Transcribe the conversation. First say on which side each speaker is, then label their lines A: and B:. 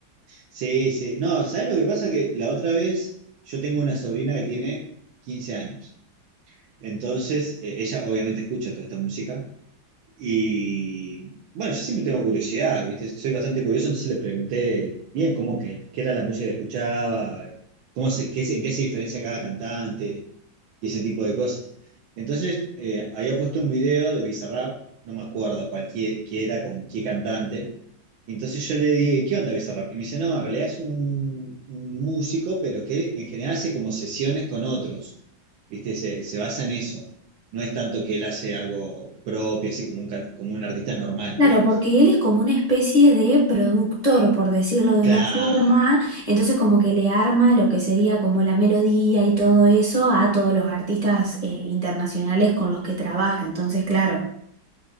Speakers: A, on the right (about 80°); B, on the right (about 30°).
A: Sí, sí. No, ¿sabes lo que pasa? Que la otra vez yo tengo una sobrina que tiene 15 años. Entonces, eh, ella obviamente escucha toda esta música y bueno, yo siempre tengo curiosidad, ¿viste? Soy bastante curioso, entonces le pregunté bien cómo que, qué era la música que escuchaba, cómo se, qué, se- en qué se diferencia cada cantante y ese tipo de cosas. Entonces, eh, había puesto un video de Bizarrap, no me acuerdo cualquiera qué era con qué cantante. Y Entonces yo le dije, ¿qué onda Bizarrap? Y me dice, no, en realidad es un, un músico, pero que en general hace como sesiones con otros, ¿viste? Se, se basa en eso. No es tanto que él hace algo propio, así como un, can- como un artista normal,
B: Claro,
A: digamos.
B: porque él es como una especie de productor, por decirlo de
A: Claro,
B: una forma, entonces como que le arma lo que sería como la melodía y todo eso a todos los artistas eh, internacionales con los que trabaja, entonces claro.